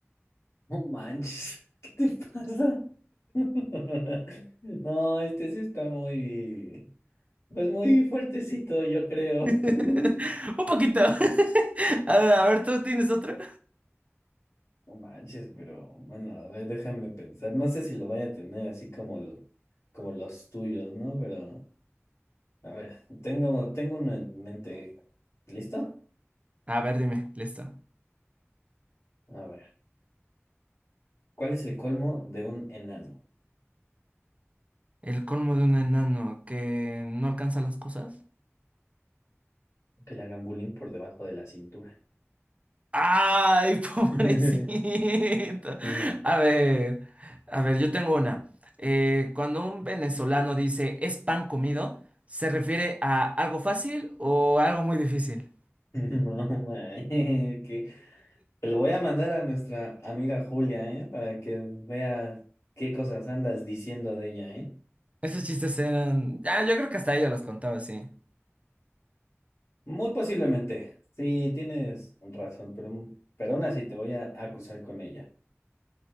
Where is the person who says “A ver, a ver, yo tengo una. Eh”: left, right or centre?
Right